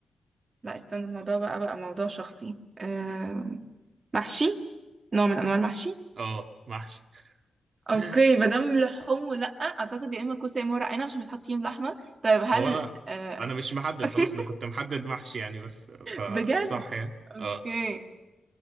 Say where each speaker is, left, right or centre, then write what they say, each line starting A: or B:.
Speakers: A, on the right (about 35°); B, on the right (about 50°).
A: لا استنى الموضوع بقى بقى موضوع شخصي آه محشي نوع من انواع المحشي
B: اه محشي
A: اوكي
B: <laughs>
A: ما دام لحوم ولا اعتقد يا اما كوسه يا اما ورق عنب عشان بيتحط فيهم لحمه طيب هل
B: هو أنا
A: آه
B: أنا مش محدد
A: <laughs>
B: خلاص أنا كنت محدد محشي يعني بس فصح
A: بجد
B: يعني
A: اوكي
B: اه